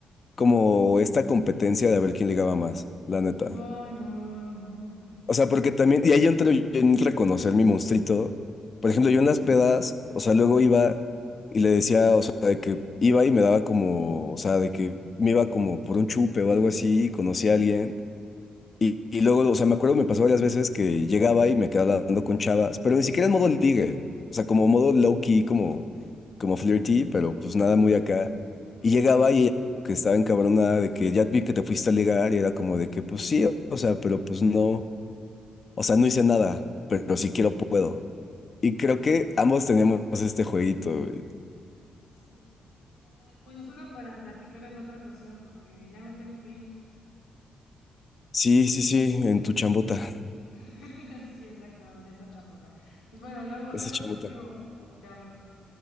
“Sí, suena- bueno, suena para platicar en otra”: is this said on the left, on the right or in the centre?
Left